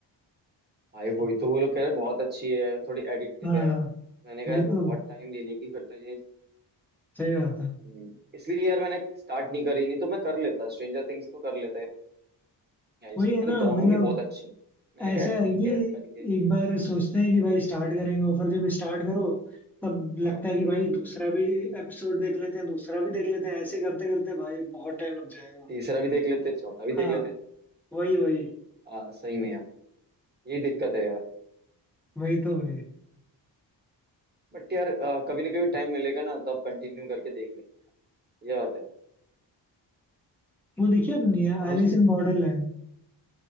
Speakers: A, on the right; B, in the centre.
A: भाई वही तो वो लोग कह रहे बहुत अच्छी है थोड़ी एडिक्टिव
B: हाँ
A: है मैंने कहा
B: वही तो
A: बहुत टाइम ले लेगी फिर तो ये
B: सही बात है
A: हम्म, इसलिए यार मैंने स्टार्ट नहीं करी नहीं तो मैं कर लेता स्ट्रेंजर थिंग्स तो कर लेता है मनी हाइस्ट
B: वही
A: वो
B: है
A: कह
B: ना
A: रहे दोनों
B: मतलब
A: ही बहुत अच्छी है मैंने
B: ऐसा
A: कहा
B: है
A: ठीक
B: कि
A: है यार करेंगे
B: एक बार सोचते हैं कि भाई स्टार्ट करेंगे और फिर जब स्टार्ट करो तब
A: हाँ
B: लगता है कि भाई दूसरा भी एपिसोड देख लेते हैं दूसरा भी देख लेते हैं ऐसे करते करते भाई बहुत टाइम लग जाएगा
A: तीसरा भी देख लेते चौथा भी देख
B: हाँ
A: लेते
B: वही वही
A: आ, सही में यार यही दिक्कत है यार
B: वही तो भाई
A: बट यार आ, कभी ना कभी टाइम मिलेगा ना तो आप कंटिन्यू करके देख लेंगे ये बात है
B: वो देखिए अपनी
A: और
B: एलिस इन बॉर्डरलैंड
A: और